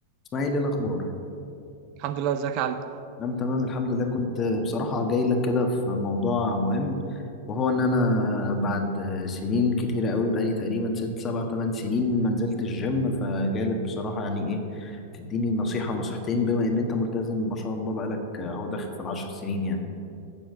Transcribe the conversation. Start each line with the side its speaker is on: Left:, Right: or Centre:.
Left: اسماعيل ايه الاخبار
Right: الحمد لله ازيك يا علي
Left: انا تمام الحمد لله كنت بصراحه جاي لك كده في موضوع مهم وهو ان انا بعد سنين كتيره قوي بقالي تقريبا ست سبع تمن سنين ما نزلت الجيم فجاي لك بصراحه يعني ايه تديني نصيحه ونصيحتين بما ان انت ملتزم ما شاء الله بقالك اهو داخل في العشر سنين يعني